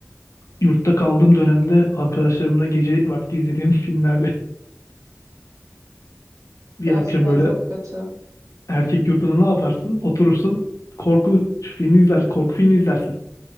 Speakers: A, on the left (about 70°); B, on the right (about 85°).
A: yurtta kaldığım dönemde arkadaşlarımla gece vakti izlediğim filmlerde <laughs> bir
B: Gerçekten
A: akşam böyle
B: çok kötü.
A: Erkek yurdunda ne yaparsın? Oturursun korku filmi izler, korku filmi izlersin.